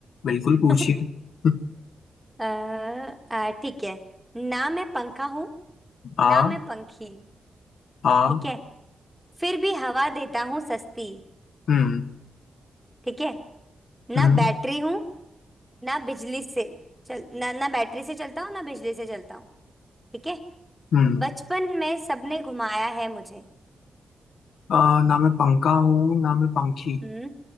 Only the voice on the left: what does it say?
बिल्कुल पूछिए
<laughs>
हाँ
हाँ
हम्म
हम्म
हम्म
आ, ना मैं पंखा हूँ ना मैं पंखी